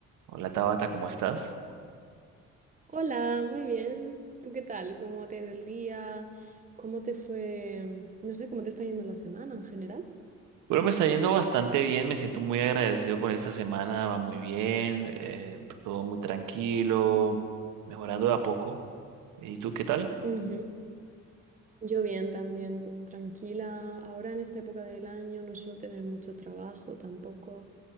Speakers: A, on the right; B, on the right.
A: Hola Tabata, ¿cómo estás?
B: Hola, muy bien. ¿Tú qué tal? ¿Cómo te ha ido el día? ¿Cómo te fue? No sé, ¿cómo te está yendo la semana en general?
A: Bueno, me está yendo bastante bien, me siento muy agradecido con esta semana, va muy bien, eh, todo muy tranquilo, mejorando de a poco. ¿Y tú qué tal?
B: Ujú. Yo bien también, mm, tranquila. Ahora en esta época del año no suelo tener mucho trabajo tampoco